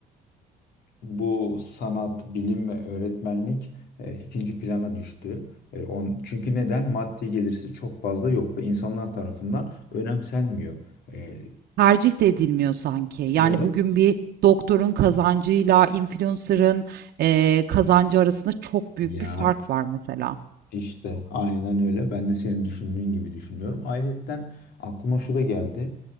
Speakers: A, on the left (about 70°); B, on the right (about 65°).
A: bu sanat, bilim ve öğretmenlik e, ikinci plana düştü. E, on, çünkü neden? Maddi gelirsi çok fazla yok ve insanlar tarafından önemsenmiyor. E,
B: Tercih de edilmiyor sanki. Yani
A: Evet.
B: bugün bir doktorun kazancıyla influencer'ın, eee, kazancı arasında çok büyük
A: ya
B: bir fark var mesela.
A: işte aynen öyle. Ben de senin düşündüğün gibi düşünüyorum. Ayrıyeten aklıma şu da geldi.